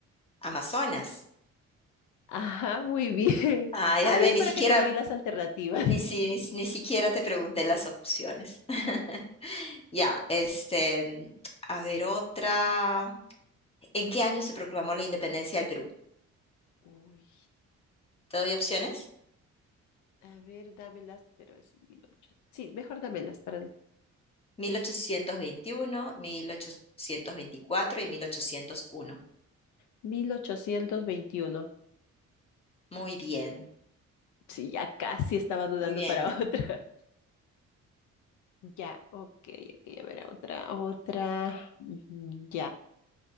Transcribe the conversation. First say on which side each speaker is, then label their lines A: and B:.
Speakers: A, on the left; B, on the left.
A: Amazonas.
B: Ajá, muy bien. <laughs>
A: Ah,
B: Ah,
A: ya ve,
B: ya
A: ni
B: para
A: siquiera,
B: que te doy las alternativas.
A: ni, si- ni, ni siquiera te pregunté las opciones. <laughs> Ya, este, mm, a ver otra. ¿En qué año se proclamó la independencia del Perú?
B: <laughs> uy.
A: ¿Te doy opciones?
B: A ver, dámelas, pero es 1800. Sí, mejor dámelas para el
A: mil ochocientos veintiuno, 1824 y 1801.
B: 1821.
A: Muy bien,
B: Sí, ya casi estaba dudando
A: muy bien.
B: para <laughs> otra. Ya, ok, ok, a ver, otra, otra, ujú, ya.